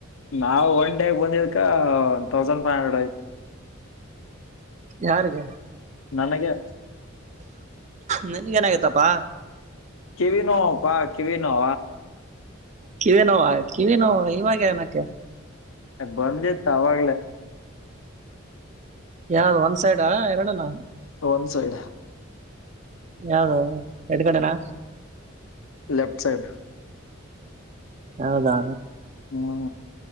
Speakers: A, on the left; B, on the right.
A: ನಾವವು ಒನ್ ಡೇಗ್ ಬಂದಿದಕ ಒ ತೌಸಂಡ್ ಫೈವ್ ಹಂಡ್ರೆಡ್ ಆಐತು
B: ಯಾರಿಗೆ
A: ನನಗೆ
B: ನಿನಗ ಏನು ಆಗಿತಪ್ಪ.
A: ಕೀವಿ ನೋ ಪಾ ಕಿವಿ ನೋ
B: ಕಿವೇ ನೋವ ಕಿವಿ ನೋವ ಇವಾಗ ಏನಕೆ.
A: ಬಂದಿತ್ತ ಅವಾಗ್ಲೇ
B: ಯಾವ್ದ ಒಂದ್ ಸೈಡ್ ಎರಡನ
A: ಒನ್ ಸೈಡ್
B: ಯಾವ್ದ ಎಡು ಕಡೆನಾ
A: ಲೆಫ್ಟ ಸೈಡ್ <unintelligible>
B: ಹೌದಾ
A: ನ ಮಾಡ